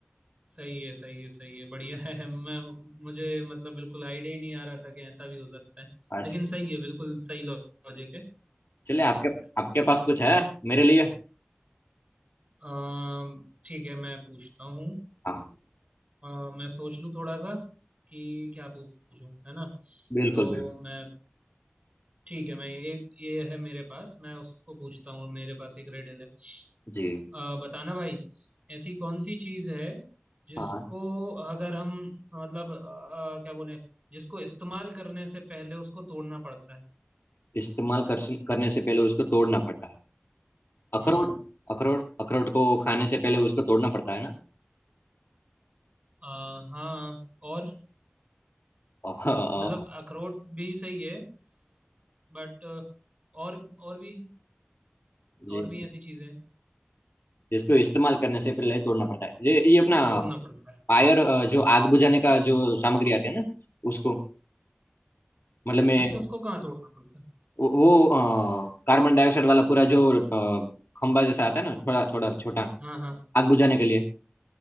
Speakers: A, on the right; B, on the left.
A: सही है सही है सही है बढ़िया है <laughs> मैं मुझे मतलब बिल्कुल आइडिया ही नहीं आ रहा था कि ऐसा भी हो सकता है
B: अच्छा
A: लेकिन सही है बिल्कुल सही लॉजिक है
B: चलिए
A: हो
B: आपके
A: सकता है
B: आपके पास कुछ है मेरे लिए
A: अम, ठीक है मैं पूछता हूँ
B: हाँ
A: अ, मैं सोच लूँ थोड़ा सा कि क्या पूछूं है ना
B: बिल्कुल
A: तो
B: बिल्कुल
A: मैं ठीक है मैं ये- एक ये है मेरे पास मैं उसको पूछता हूँ मेरे पास एक रेडल है
B: जी
A: अ, बताना भाई ऐसी कौन सी चीज़ है जिसको
B: हाँ
A: अगर हम मतलब अ, क्या बोले जिसको इस्तेमाल करने से पहले उसको तोड़ना पड़ता है
B: इस्तेमाल कर, करने से पहले उसको तोड़ना पड़ता है
A: हम्म
B: अखरोट अखरोट अखरोट को खाने से पहले उसको तोड़ना पड़ता है ना
A: अ, हाँ और
B: <laughs> और-
A: मतलब अखरोट भी सही है बट और और भी
B: जी
A: और भी ऐसी चीज़ें हैं,
B: जिसको इस्तेमाल करने से पहले तोड़ना पड़ता है ये ये अपना
A: तोड़ना पड़ता है
B: फायर अ, जो आग बुझाने का जो सामग्री आती है ना उसको मतलब मैं
A: नहीं उसको कहाँ तोड़ना पड़ता है
B: वो वो, अ, कार्बन डाइऑक्साइड वाला पूरा जो अ, खंबा जैसा आता है ना थोड़ा थोड़ा छोटा
A: हाँ हाँ
B: आग बुझाने के लिए